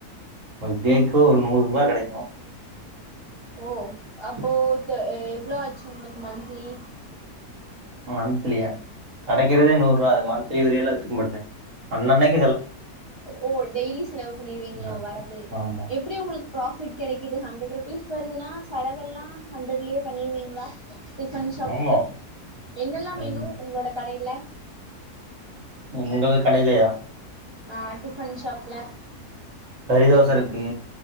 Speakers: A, on the right; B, on the right.
A: ஒரு டேக்கு ஒரு நூறு ரூபாய் கிடைக்கும்
B: ஓ அப்போ எவ்வளோ ஆச்சு உங்களுக்கு மந்த்லி
A: மன்தலியா கடைக்கிறதே நூறு ரூபா அது மந்திரி வரிய எல்லாம்க்கும்ட்ட அண்ணஅன்னிக்கு
B: ஓ டெய்லி செலவு பண்ணிருவீங்களோ
A: ம்.
B: வரது
A: ஆமா,
B: எப்படி உங்களுக்கு ப்ராஃபிட் கிடைக்குது ஹண்ட்ரட் ருபீஸ் வருதுன்னா செலவெல்லாம் ஹண்ட்ரட்லயே பண்ணிருவீங்களா டிஃபன் ஷாக்கு
A: ஆமா.
B: என்னெல்லாம்
A: ரூ.
B: மெனு உங்களோட கடையில
A: உங்களுக்கு கடைலேயா
B: ஆஹ் டிஃபன் ஷாப்ல
A: பொடிதோச இருக்கு